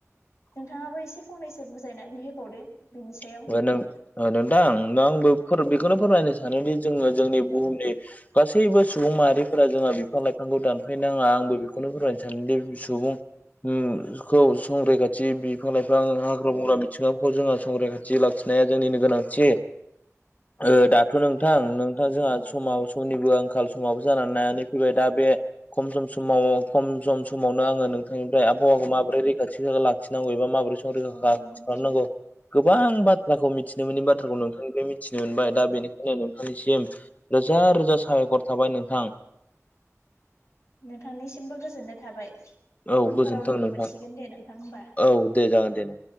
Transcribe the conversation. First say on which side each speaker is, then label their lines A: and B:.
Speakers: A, on the left (about 65°); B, on the left (about 30°).
A: नोंथाङाबो एसे फंनैसो बुजायनानै होबावदो बिनि सायाव
B: ओमफ्राय नों नोंथां दा आंबो बेखौनो फोरमायनो सानोदि जोङो जोंनि बुहुमनि गासैबो सु सुबुं माहारिफोरा जोंहा बिफां लाइफांखौ दानफायनााङा आंबो बेखौनो फोरमायनो सानोदि सुबुं उम खौ संरैखाथि बिफां लाइफां हाग्रा बंग्रा बिथिङावखौ जोङो संरैखा लाखिनाया जोंनिनो गोनांथि ओ दाथ' नोंथां नों नोंथां जोंहा
A: औ
B: समा समनिबो आंखाल खाल समाबो जानानै नायानानै फैबाय दा बे खम सम समाव खम सम समावनो आङो नोंथांनिफ्राय आबहावाखौ माबोरै रैखाथि लाखिनांगौ एबा माबोरै सम रैखा
A: औ
B: खालामनांगौ
A: नंगौ नोंथां
B: गोबां बाथ्राखौ मिथिनो मोननि बाथ्राखौ नोंथांनिफ्राय मिथिनो मोनबाय दा बेनिखायनो नोंथांनिसिम रोजा रोजा साबायखर थाबाय नोंथां
A: नोंथांनिसिमबो गोजोननाय थाबाय
B: औ
A: उनफोराव
B: गोजोन्थों
A: लोगो
B: नोंथां
A: मोनसिगोन दे नोंथां होमबा
B: औ दे जागोन दे नों